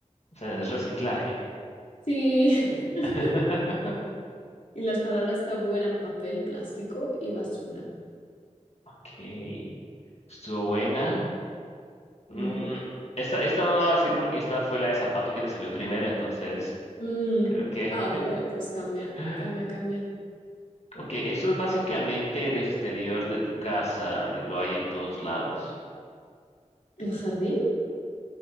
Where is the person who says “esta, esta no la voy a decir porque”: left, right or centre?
Left